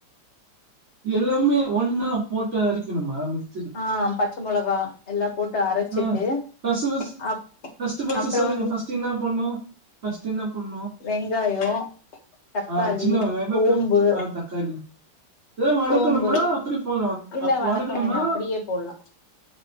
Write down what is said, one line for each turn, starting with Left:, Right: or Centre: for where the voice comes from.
Right: எல்லாமே ஒன்னா போட்டு அரிக்குணுமா மிக்
Left: ஆ பச்ச மொளகா எல்லா போட்டு அரச்சிட்டு
Right: ஆ ஃபர்ஸ்ட்டு
Left: அப்
Right: ஃபர்ஸ்ட்டு
Left: அப்றோ
Right: சொல்லுங்க
Left: வந்து
Right: ஃபர்ஸ்ட்டு என்னா பண்ணு ஃபர்ஸ்ட் என்ன பண்ணு
Left: வெங்காயோ தக்காளி
Right: ஆ சின்ன வெங்காயமா
Left: சோம்பு
Right: பெ ஆ தக்காளி இதெல்லாம் வணக்கணுமா?
Left: சோம்பு
Right: அப்படி போலாம்.
Left: இல்ல
Right: அப்
Left: வனக்க
Right: வணக்கணுமா?
Left: வேணா அப்டியே போட்லா